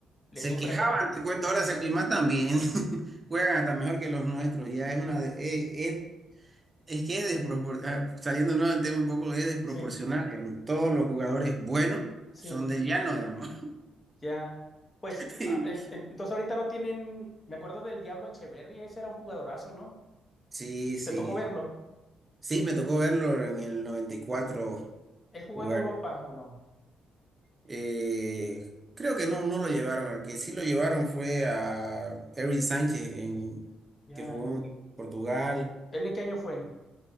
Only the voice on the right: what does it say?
se
quejaban,
te cuento, ahora se aclimatan bien, <laughs> juegan hasta mejor que los nuestros, ya es una... de- eh, eh, es que es desproporcional, saliéndonos del tema un poco, es desproporcional,
digamos. Todos los jugadores buenos
son del llano, digamos.
<laughs>
Sí, sí.
Sí, me tocó verlo en el 94
jugar
Eh, creo que no, no lo llevaron. El que sí lo llevaron fue a Erwin Sánchez, en,
que jugó en Portugal